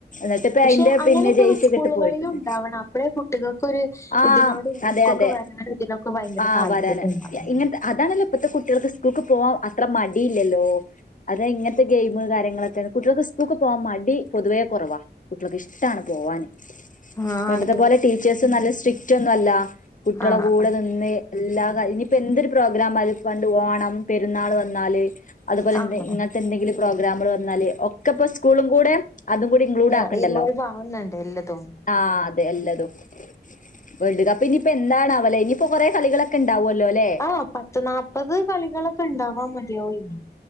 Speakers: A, on the left; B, on the left.
A: ന്ന്ട്ട്പ്പയ്ന്റെ
B: പക്ഷെ അങ്ങനെയൊക്കെ
A: പിന്നെ ജെയ്സ്യൊക്കെ
B: സ്കൂളുകളിൽ
A: ട്ട് പോയിക്ക്ണ്
B: ഉണ്ടാവണം അപ്പഴേ കുട്ടികൾക്കൊരു
A: ആഹ്
B: ഇതിനോട്
A: അതെ
B: സ്കൂൾക്ക്
A: അതെ
B: വരാനും ഇതിനൊക്കെ ഭയങ്കര
A: ആ
B: താല്പര്യം
A: വരാന്
B: ഉണ്ടാവുള്ളൂ.
A: ങ്ങൻത്തെ അതാണല്ലോ ഇപ്പത്തെ കുട്ട്യാൾക്ക് സ്കൂൾക്ക് പോവാൻ അത്ര മടില്ലല്ലോ അതാ ഇങ്ങൻത്തെ ഗെയിം കാര്യങ്ങളൊക്കെണ് കുട്ട്യാൾക്ക് സ്കൂൾക്ക് പോവാൻ മടി പൊതുവേ കൊറവാ കുട്ട്യാൾക്ക് ഇഷ്ടാണ് പോവാന്
B: ആഹ്
A: പണ്ടത്തെ പോലെ ടീച്ചേഴ്സും നല്ല സ്ട്രിക്റ്റൊന്നു അല്ല കുട്ട്യാളെ
B: ആഹ്
A: കൂടെ നിന്ന് എല്ലാ കാ ഇനിപ്പൊ എന്തൊരു പ്രോഗ്രാമായാലും പണ്ട് ഓണം പെരുന്നാള് വെന്നാല് അതുപോലെ
B: ആഹ്
A: ന്ന് ഇങ്ങൻത്തെ എന്തെങ്കിലും പ്രോഗ്രാമുകള് വെന്നാല് ഒക്കെപ്പൊ സ്കൂളും കൂടെ അതും കൂടി ഇൻക്ലൂഡാക്ക്ണ്ടല്ലോ
B: ആഹ് ഇൻവോൾവ് ആവുന്നുണ്ട് എല്ലതും
A: ആഹ് അതെ എല്ലതും വേൾഡ് കപ്പ് ഇനിയിപ്പോ എന്നാണാവൊലെ ഇനിയിപ്പോ കൊറെ കളികള് ക്കെണ്ടാവല്ലോ ലെ
B: ആഹ് പത്ത് നാപ്പത് കളികളൊക്കെ ണ്ടാവാൻ മതിയാവും